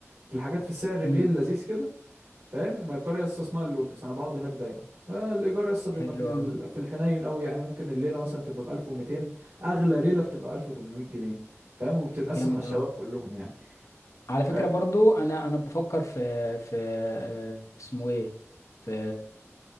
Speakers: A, on the right (about 85°); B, on the left (about 85°).
A: في الحاجات في السعر الايه
B: مم.
A: اللذيذ كده فاهم القريه لسه اسمها اللوتس انا بقعد هناك دايما آه الايجار لسه بيبقى
B: حلو
A: في ال...
B: قوي
A: في الحنين قوي يعني ممكن الليله مثلا تبقى ب 1200 اغلى ليله بتبقى 1800 جنيه فاهم وبتتقسم
B: جامد
A: على الشباب
B: قوي
A: كلهم يعني
B: على فكرة
A: فاهم
B: برضو انا انا بفكر في في آه، اسمه ايه في